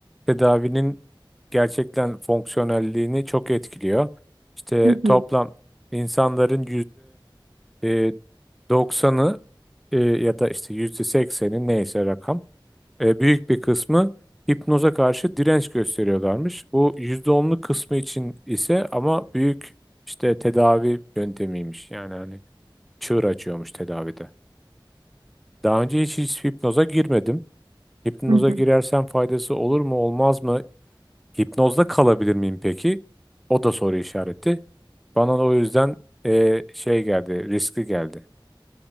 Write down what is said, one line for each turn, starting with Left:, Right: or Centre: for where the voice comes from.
Centre: tedavinin gerçekten fonksiyonelliğini çok etkiliyor. İşte
Right: Hı
Centre: toplam
Right: hı.
Centre: insanların e, 90'ı e, ya da işte %80'i neyse rakam e, büyük bir kısmı hipnoza karşı direnç gösteriyorlarmış. Bu %10'luk kısmı için ise ama büyük işte tedavi yöntemiymiş. Yani hani çığır açıyormuş tedavide. Daha önce hiç, hiç hipnoza girmedim. Hipnoza
Right: Hı hı.
Centre: girersem faydası olur mu olmaz mı? Hipnozda kalabilir miyim peki? O da soru işareti. Bana da o yüzden e, şey geldi, riskli geldi.